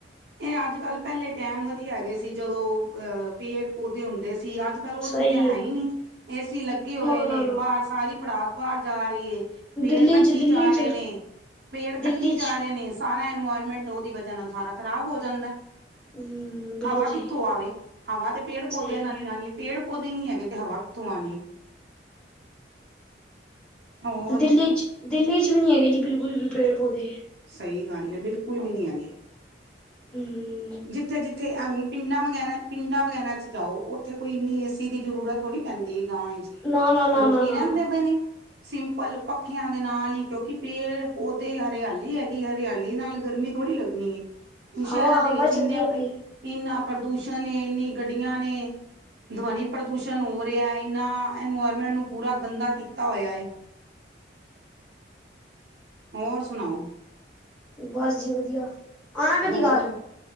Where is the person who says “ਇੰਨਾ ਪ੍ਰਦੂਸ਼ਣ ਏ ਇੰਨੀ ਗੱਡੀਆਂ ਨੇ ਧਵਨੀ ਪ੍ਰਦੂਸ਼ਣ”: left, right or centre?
Right